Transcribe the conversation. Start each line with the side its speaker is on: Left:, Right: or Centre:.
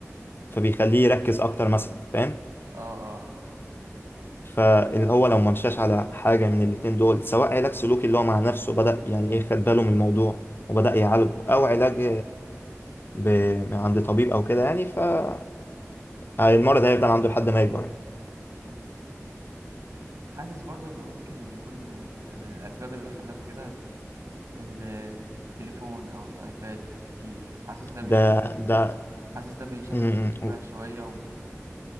Left: فبيخليه يركز اكتر مثلا فاهم
Right: اه اه
Left: فهو لو منشاش على حاجه من الاتنين دول سواء علاج سلوكي اللي هو مع نفسه بدأ يعني ايه خد باله من الموضوع وبدأ يعالجه او علاج ب... من عند طبيب او كده يعني فالمرض هيفضل عنده لحد ما يكبر
Right: مم. حاسس برضو ان ممكن يكون من ال... من الاسباب اللي خلته كده التليفون او الايباد الكتير حاسس ده بي...
Left: ده ده
Right: حاسس ده بيشتت
Left: م-
Right: الانتباه
Left: م.
Right: شوية وبيقلل